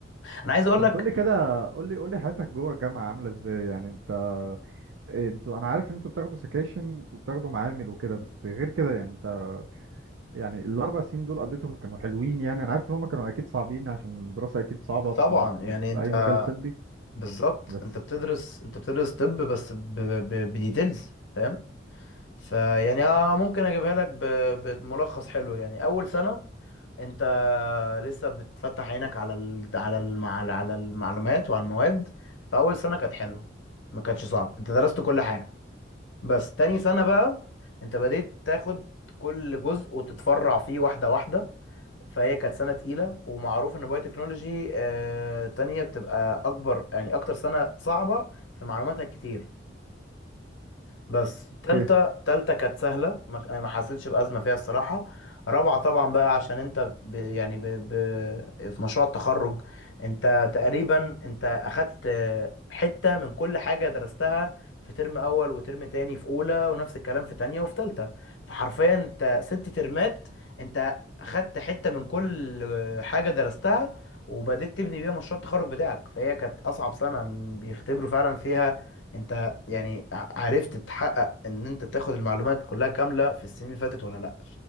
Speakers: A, on the left; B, on the right.
A: انا عايز اقول
B: طب
A: لك
B: ما تقولي كده قولي قولي حياتك جوه الجامعه عامله ازاي يعني انت إيه، انتوا انا عارف ان انتوا بتاخدوا سكاشن وبتاخدوا معامل وكده بس غير كده يعني انت يعني الاربع سنين دول قضيتهم كانوا حلوين يعني انا عارف ان هم كانوا اكيد صعبين عشان الدراسه اكيد صعبه في,
A: طبعا
B: ال-
A: يعني
B: في, في
A: انت
B: اي مجال طبي
A: بالظبط
B: بس
A: انت بتدرس انت بتدرس طب بس ب- ب- بديتيلز فاهم فيعني آه، ممكن اجيبها لك ب- بملخص حلو يعني اول سنة انت لسه بتفتح عينك على ال... على الم... على على المعلومات وعلى المواد فاول سنه كانت حلوه ما كانتش صعب انت درست كل حاجه بس تاني سنه بقى انت بديت تاخد كل جزء وتتفرع فيه واحده واحده فهي كانت سنه تقيله ومعروف ان بايو تكنولوجي آه... تانية بتبقى اكبر يعني اكتر سنه صعبه في معلوماتها كتير بس
B: اوكي
A: تالتة تالتة كانت سهلة ما ك- ما حسيتش بأزمة فيها الصراحة رابعة طبعا بقى عشان انت ب... يعني ب... ب... في مشروع التخرج انت تقريبا انت اخدت حتة من كل حاجة درستها في ترم اول وترم تاني في اولى ونفس الكلام في تانية وفي تالتة فحرفيا انت ست ترمات انت اخدت حتة من كل حاجة درستها وبدأت تبني بيها مشروع التخرج بتاعك فهي كانت اصعب سنة بيختبروا فعلا فيها انت يعني ع- عرفت تحقق ان انت تاخد المعلومات كلها كامله في السنين اللي فاتت ولا لا